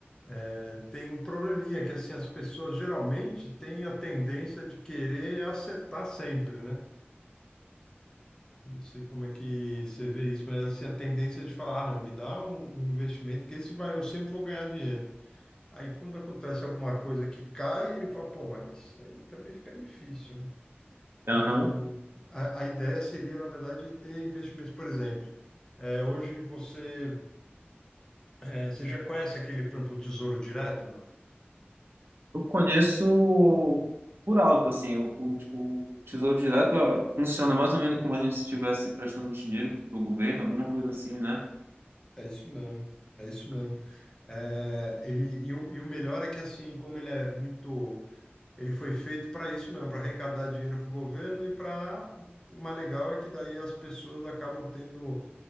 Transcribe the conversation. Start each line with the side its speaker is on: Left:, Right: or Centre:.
Left: é, tem um probleminha que assim, as pessoas geralmente têm a tendência de querer acertar sempre, né? Não sei como é que você vê isso, mas assim, a tendência de falar, ah, não, me dá um, um investimento que esse vai, eu sempre vou ganhar dinheiro. Aí quando acontece alguma coisa que cai, ele fala, pô, mas aí também fica difícil, né? Então,
Right: aham.
Left: a, a ideia seria, na verdade, ter investimentos, por exemplo, é, hoje você, é, você já conhece aquele, por exemplo, Tesouro Direto, não?
Right: Eu conheço por alto, assim, o, o, o Tesouro Direto ó, funciona mais ou menos como a gente estivesse emprestando dinheiro para o governo, alguma coisa assim, né?
Left: É isso mesmo, é isso mesmo. É, ele, e, o, e o melhor é que, assim, como ele é muito... Ele foi feito para isso mesmo, para arrecadar dinheiro para o governo e para... O mais legal é que daí as pessoas acabam tendo